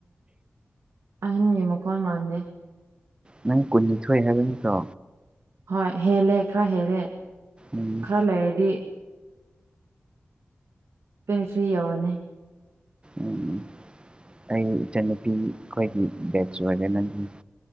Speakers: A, on the right; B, on the right.
A: ꯑꯥꯍꯟꯒꯤ ꯃꯈꯣꯟ ꯃꯥꯟꯗꯦ
B: ꯅꯪ ꯀꯨꯟꯅꯤꯊꯣꯏ ꯍꯥꯏꯕ ꯅꯠꯇ꯭ꯔꯣ
A: ꯍꯣꯏ ꯍꯦꯜꯂꯦ ꯈꯔ ꯍꯦꯜꯂꯦ
B: ꯎꯝ
A: ꯈꯔꯥ ꯂꯩꯔꯗꯤ ꯇꯣꯏꯟꯇꯤ ꯊꯔꯤ ꯌꯧꯔꯅꯤ
B: ꯎꯝ ꯑꯩ ꯏꯆꯟꯅꯨꯄꯤ ꯑꯩꯈꯣꯏꯒꯤ ꯕꯦꯠꯆ ꯑꯣꯏ ꯅꯪꯒꯤ